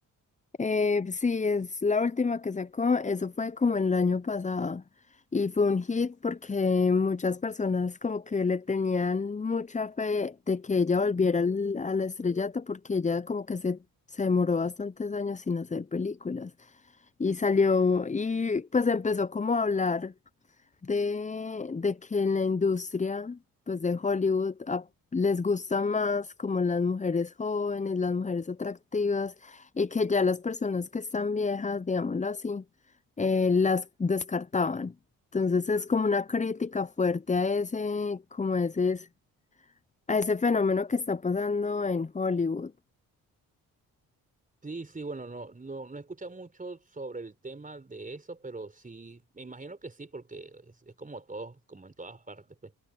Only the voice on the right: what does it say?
Sí, sí, bueno, no, no, no he escuchado mucho sobre el tema de eso, pero sí, me imagino que sí, porque es, es como todo, como en todas partes, pues.